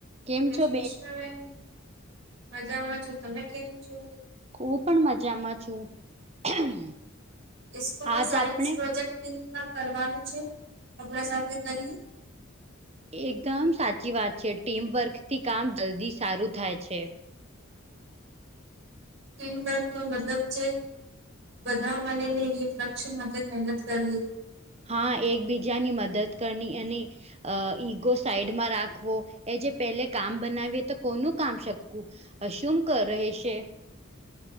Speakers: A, on the right; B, on the right.
A: કેમ
B: જય
A: છો
B: શ્રી કિષ્ણ બેન, મજામાં છો તમે કેમછો.
A: ખુપણ મજામાં છું. <unintelligible>
B: ઇસકૂલમાં
A: આજ
B: સાયન્સ
A: આપણે
B: પ્રોજેક્ટમાં કરવાનું છે, અમના સાથે કરીએ.
A: એકદમ સાચી વાત છે, ટીમવર્ક થી કામ જલ્દી સારું થાય છે.
B: ટીમવર્કનો મતલબ જે બધા મલીને એક લક્ષ માટે મહેનત કરી.
A: હા એકબીજાની મદદ કરની અને અ ઈગો સાઈડમાં રાખવો, એજે પેલે કામ બનાવીએ તો કોનું કામ શકવું. હશુંમ કર રહેછે.